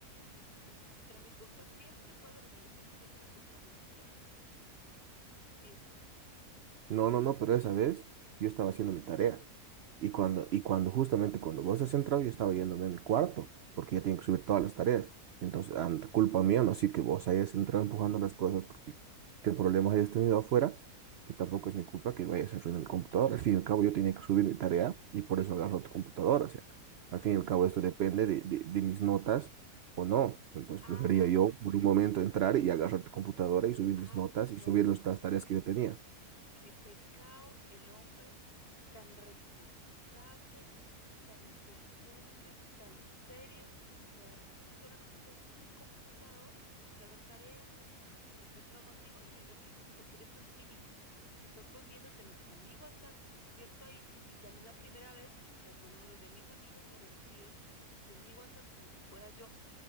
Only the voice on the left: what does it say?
Y si- dijiste que era mi culpa. Siempre pasa lo mismo, siempre me eché la culpa a mí, sabiendo que tú empiezas.
Ah,
ah,
no.
Qué pecado el hombre tan responsable tan inteligente, tan serio, que a- tú solamente coges mi computador porque va a hacer tareas y que- qué pecado contigo sabiendo que, porque eres tan cínico. Si estás cogiendo, te metes a mi WhatsApp que tengo abierto ahí y ya no es la primera vez y sacas los números de mis amigas o le escribes de mi WhatsApp como si fuera yo